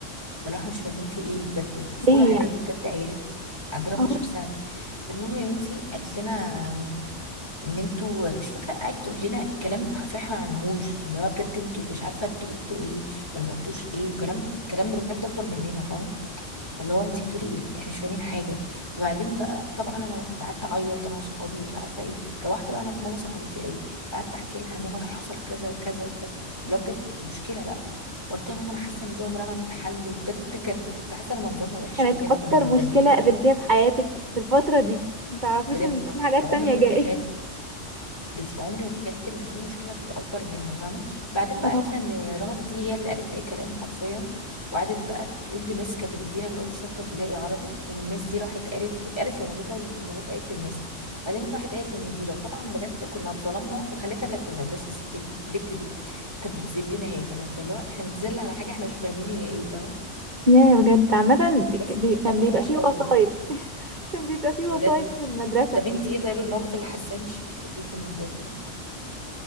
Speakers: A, on the left; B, on the right.
A: فلو احنا مش فاهمين في ايه بجد
B: ليه
A: في اولى اعدادي
B: يعني
A: بجد عيال عندنا 12
B: اه
A: سنه المهم يا بنتي قالت لنا ان انتوا مش فاكره قعدت تقول لنا كلام حرفيا احنا ما عملناهوش اللي هو بجد انتوا مش عارفه انتوا قلتوا ايه ولا ما قلتوش ايه وكلام كلام بجد اكبر مننا فاهم اللي هو انت بتقولي ايه احنا مش فاهمين حاجه فبعدين بقى طبعا انا قعدت اعيط انا وصحابي مش عارفه ايه روحت بقى انا في ماما صاحبتي قوي قعدت احكي لها ماما ده حصل كذا وكذا وكذا اللي هو بجد دي مشكله بقى قلت لها ماما انا حاسه ان دي عمرها ما تتحل وبجد كان كنت حاسه ان منظرنا وحش
B: كانت
A: كلنا
B: اكتر
A: كنا متذنبين
B: مشكلة قابلتيها
A: كده
B: في حياتك في الفترة دي ما تعرفيش
A: بجد
B: ان في حاجات
A: وعمري
B: تانية
A: ما
B: جاية
A: تخيلت بس عمري ما تخيلت ان في مشكله تبقى اكبر منها فاهمه بعدين بقى
B: اه
A: عرفنا ان رهف دي هي اللي قالت اي كلام حرفيا وقعدت بقى تقول لميس كانت بتدينا من اول سته ابتدائي عربي وميس دي راحت قالت قالت لمامتها ومامتها قالت للمس بعدين راحت قالت للمديره وطبعا بجد كنا اتظلمنا وخالتها كانت في المدرسه الست دي البنت دي كانت بتذلنا هي كمان فاللي هو احنا بنتذل على حاجه احنا مش فاهمين هي ايه فاهمه
B: يا بجد عامة بي...
A: بس
B: بي...
A: كان موقف
B: كان بيبقى
A: وحش
B: فيه
A: قوي
B: وسايط
A: والله
B: <laughs> كان بيبقى فيه
A: بجد
B: وسايط في المدرسة
A: طب انتي ايه طيب الموقف اللي حاساه مش بتحبيه في المدرسه